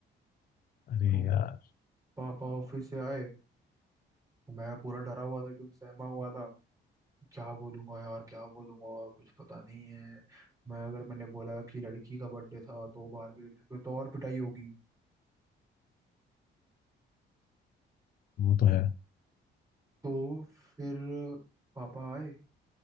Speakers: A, on the left (about 45°); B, on the right (about 15°).
A: अरे
B: तो
A: यार
B: पापा ऑफिस से आए मैं पूरा डरा हुआ था एकदम सहमा हुआ था क्या बोलूंगा यार क्या बोलूंगा कुछ पता नहीं है मैं अगर मैंने बोला कि लड़की का बर्थडे था तो बाहर गए थे फिर तो और पिटाई होगी
A: वो तो है
B: तो फिर पापा आए